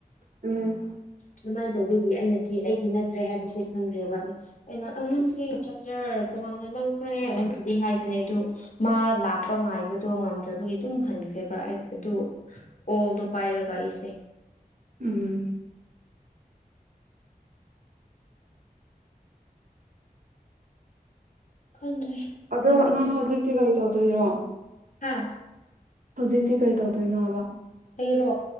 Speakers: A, on the right; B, on the left.
A: ꯎꯝ
B: ꯑꯗꯨꯃꯥꯏꯟ ꯇꯧꯕꯒꯤ ꯑꯩꯅꯗꯤ ꯑꯩꯗꯤ ꯅꯠꯇ꯭ꯔꯦ ꯍꯥꯏꯕꯁꯦ ꯈꯪꯈ꯭ꯔꯦꯕ ꯑꯩꯅ ꯑꯅꯨꯡꯁꯤ ꯆꯥꯔꯖꯔ ꯇꯣꯉꯥꯟꯅ ꯂꯧꯈ꯭ꯔꯦ ꯑꯗꯨꯗꯨꯒꯤ ꯍꯥꯏꯕꯅꯦ ꯑꯩꯗꯨ ꯃꯥ ꯂꯥꯛꯄ ꯉꯥꯏꯕꯗꯣ ꯉꯝꯗ꯭ꯔꯕꯒꯤ ꯑꯗꯨꯝ ꯍꯟꯈ꯭ꯔꯦꯕ ꯑꯗꯨ ꯀꯣꯜꯗꯣ ꯄꯥꯏꯔꯒ ꯑꯩꯁꯦ
A: ꯎꯝ
B: ꯈꯟꯗ꯭ꯔꯦ ꯀꯃꯥꯏꯅ
A: ꯑꯗꯣ
B: ꯇꯧꯗꯣꯏꯔꯥ
A: ꯅꯪ ꯍꯧꯖꯤꯛꯇꯤ ꯀꯔꯤ ꯇꯧꯗꯣꯏꯔꯣ
B: ꯍꯥ
A: ꯍꯧꯖꯤꯛꯇꯤ ꯀꯩ ꯇꯧꯗꯣꯏꯅꯣ ꯍꯥꯏꯕ
B: ꯑꯩꯔꯣ